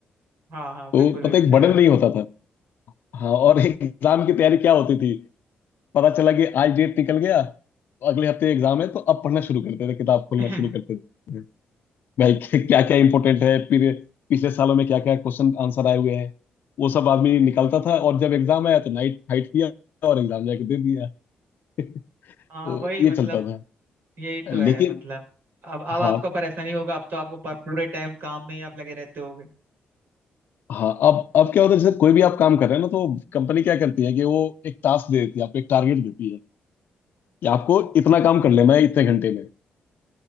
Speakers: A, on the right; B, on the left.
A: हाँ हाँ
B: तो
A: बिल्कुल बिल्कुल
B: पता एक
A: सही
B: बर्डन
A: बात
B: नहीं होता था हाँ और <laughs> एग्जाम की तैयारी क्या होती थी पता चला कि आज डेट निकल गया अगले हफ्ते एग्जाम है तो अब पढ़ना शुरू करते थे किताब खोलना
A: <laughs>
B: शुरू करते थे भाई <laughs> क्या क्या इंपॉर्टेंट है फिर पिछले सालों में क्या क्या क्वेश्चन आंसर आए हुए हैं वो सब आदमी निकालता था और जब एग्जाम आया तो नाइट फाइट किया और एग्जाम जाके दे दिया <laughs> तो
A: हाँ वही
B: ये
A: मतलब
B: चलता था
A: यही तो
B: लेकिन
A: है मतलब अब अब आपका
B: हाँ
A: परेशानी होगा अब तो आपको पर, पूरे टाइम काम में ही आप लगे रहते होगे
B: हाँ अब अब क्या होता है जैसे कोई भी आप काम कर रहे हैं ना तो कंपनी क्या करती है कि वो एक टास्क दे देती है आपको एक टारगेट देती है कि आपको इतना
A: हम्म,
B: काम
A: हम्म,
B: कर लेना है इतने घंटे में